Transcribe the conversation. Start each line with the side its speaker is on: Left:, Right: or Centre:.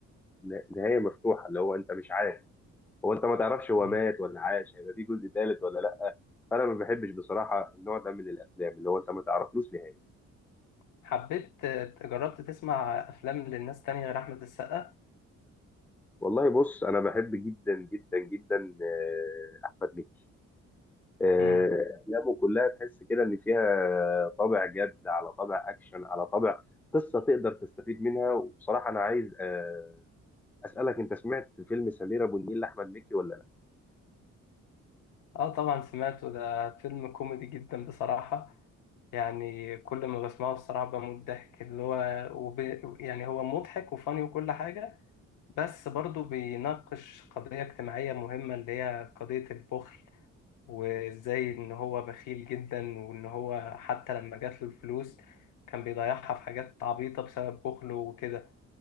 Centre: ن- نهاية مفتوحة اللي هو أنت مش عارف هو أنت ما تعرفش هو
Left: مم.
Centre: مات ولا عاش هيبقى في جزء ثالث ولا لأ فأنا ما بحبش بصراحة النوع ده من الأفلام اللي هو أنت ما تعرفلوش نهاية
Left: حبيت جربت تسمع أفلام للناس تانية غير أحمد السقا؟
Centre: والله بص أنا بحب جدا جدا جدا آه، أحمد مكي آه،
Left: مم.
Centre: أفلامه كلها تحس كده إن فيها طابع جد على طابع أكشن على طابع قصة تقدر تستفيد منها وبصراحة أنا عايز آه، أسألك أنت سمعت فيلم سمير أبو النيل لأحمد مكي ولا
Left: اه طبعا سمعته ده فيلم كوميدي جدا بصراحة يعني كل ما بسمعه الصراحة بموت ضحك اللي هو وب... يعني هو مضحك وفاني وكل حاجة بس برضو بيناقش قضية اجتماعية مهمة اللي هي قضية البخل وازاي ان هو بخيل جدا وان هو حتى لما جات له الفلوس كان بيضيعها في حاجات عبيطة بسبب بخله وكده